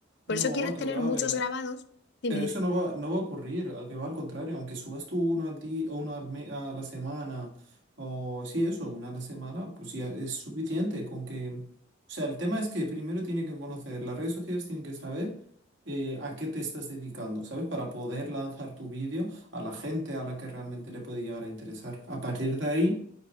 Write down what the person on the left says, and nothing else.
Por eso quiero
tener
muchos
grabados. Dime,
dime.